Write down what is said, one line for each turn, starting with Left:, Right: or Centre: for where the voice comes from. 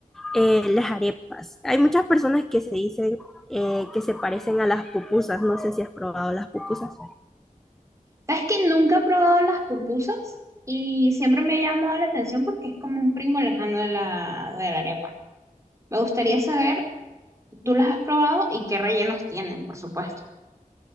Centre: eh, las arepas. Hay muchas personas que se dicen eh, que se parecen a las pupusas, no sé si has probado las pupusas.
Right: Sabes que nunca he probado las pupusas y siempre me ha llamado la atención porque es como un primo lejano de la, de la arepa. Me gustaría saber, ¿tú las has probado y qué rellenos tienen, por supuesto?